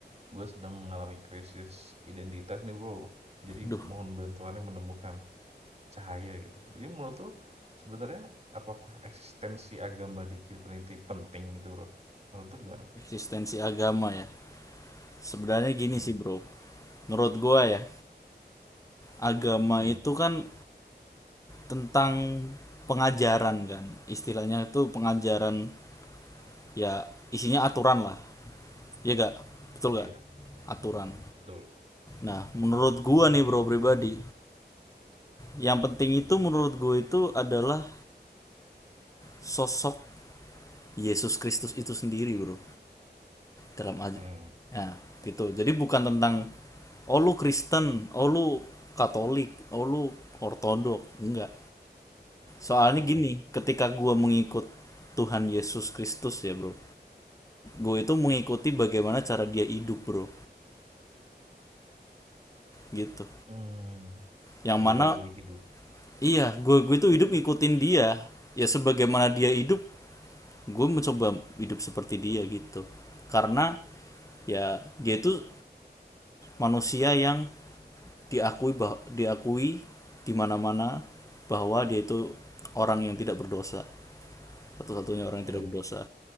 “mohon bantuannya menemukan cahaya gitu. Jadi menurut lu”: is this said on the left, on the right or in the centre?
Right